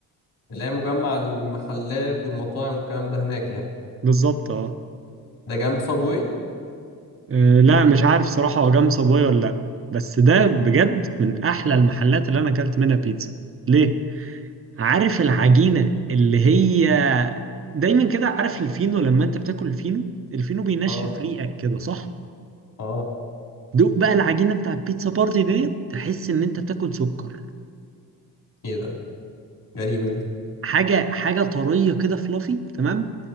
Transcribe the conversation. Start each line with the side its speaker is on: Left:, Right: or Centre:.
Left: اللي هي مجمع المحلات والمطاعم والكلام ده هناك يعني
Right: بالظبط اه
Left: ده جنب صابوي
Right: آه، لا مش عارف صراحة هو جنب صابوي ولا لا بس ده بجد من احلى المحلات اللي انا اكلت منها بيتزا ليه عارف العجينة اللي هي دايما كده عارف الفينو لما انت بتاكل الفينو الفينو بينشف
Left: اه
Right: ريقك كده صح
Left: اه
Right: دوق بقى العجينه بتاع البيتزا بارتي ديت تحس ان انت بتاكل سكر
Left: ايه ده غريبه دي
Right: حاجه حاجه طريه كده فلافي تمام